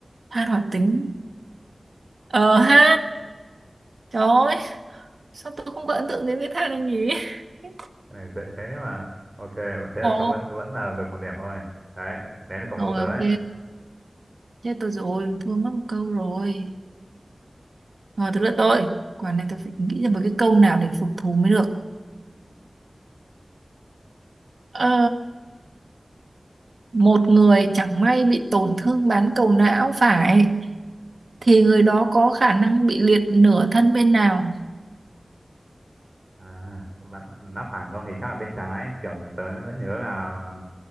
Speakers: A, on the right; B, on the right.
A: than hoạt tính ờ ha trời ơi sao tôi không có ấn tượng đến cái than này nhỉ <laughs>
B: cái này dễ thế mà ok vẫn thế là
A: ồ
B: cậu vẫn vẫn là được một điểm thôi đấy đấy là cậu
A: rồi
B: đố tớ
A: ok
B: ấy
A: chết tôi rồi thua mất một câu rồi rồi tới lượt tôi quả này tôi phải nghĩ ra một cái câu nào để phục thù mới được ờ, một người chẳng may bị tổn thương bán cầu não phải thì người đó có khả năng bị liệt nửa thân bên nào
B: À, bạn đã phải không thì chắc là bên trái kiểu tớ vẫn nhớ là